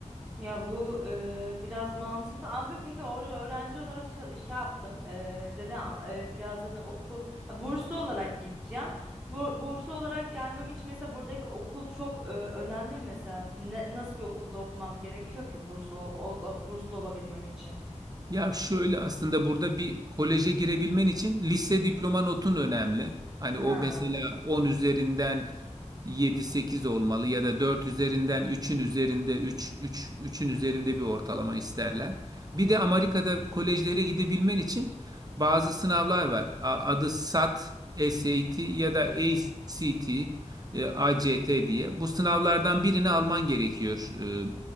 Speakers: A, in the centre; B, on the right (about 30°).
A: Ya bu e, biraz mantıklı. Abi peki orada öğrenci olarak çal- şey yaptım. E, dedi e, biraz dedim okul ha, burslu olarak gideceğim. Bu burslu olarak gelmem için mesela buradaki okul çok e, önemli mi mesela? Ne, nasıl bir okulda okumam gerekiyor ki burslu ol, ol- da- burslu olabilmem için?
B: Ya şöyle aslında burada bir koleje girebilmen için lise diploma notun önemli. Hani
A: Ha.
B: o mesela 10 üzerinden 7-8 olmalı ya da 4 üzerinden 3'ün üzerinde 3, 3, 3'ün üzerinde bir ortalama isterler. Bir
A: Hı hı,
B: de Amerika'da kolejlere gidebilmen için bazı sınavlar var. A- Adı SAT, SAT ya da ACT e, ACT diye. Bu sınavlardan birini alman gerekiyor. E,